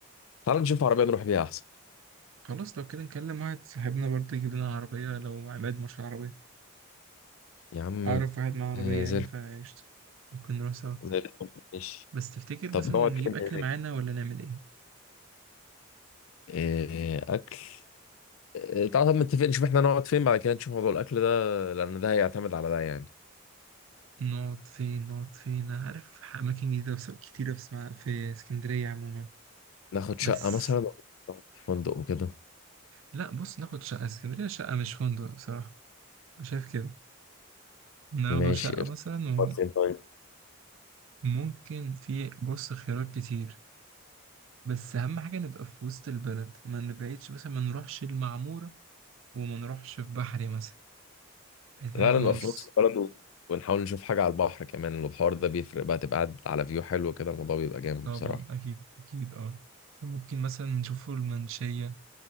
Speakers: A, on the left (about 70°); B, on the right (about 65°).
A: تعال نشوف عربية نروح بيها أحسن
B: خلاص لو كده نكلم واحد صاحبنا برضه يجيب لنا عربية لو عماد مش عربية
A: يا عم
B: أعرف واحد معاه
A: آه،
B: عربية
A: زي
B: يعني
A: الفل
B: فقشطة ممكن نروح سوا
A: زي الفل ماشي
B: بس تفتكر
A: طب
B: مثلا
A: نقعد
B: نجيب
A: فين
B: أكل
A: هناك؟
B: معانا ولا نعمل إيه؟
A: آه، أكل آه، تعال طب متفق نشوف احنا نقعد فين بعد كده نشوف موضوع الأكل ده لأن ده هيعتمد على ده يعني
B: نقعد فين نقعد فين انا عارف اماكن جديده بس- كتيره في اسمها في اسكندريه عموما
A: ناخد
B: بس
A: شقة مثلا أو نقعد في فندق وكده
B: لا بص ناخد شقه اسكندريه شقه مش فندق بصراحه أنا شايف كده ناخده
A: ماشي
B: شقه
A: قشطة.
B: مثلا
A: نقعد فين طيب
B: وممكن في بص خيارات كتير بس اهم حاجه نبقى في وسط البلد ما نبعدش مثلا ما نروحش المعموره وما نروحش في بحري مثلا يعني حاجه
A: غالبا
B: في النص
A: نبقى في نص البلد و- ونحاول نشوف حاجة على البحر كمان البحر ده بيفرق بقى تبقى قاعد على فيو حلو كده الموضوع بيبقى جامد
B: طبعا
A: بصراحة
B: اكيد اكيد اه فممكن مثلا نشوف المنشيه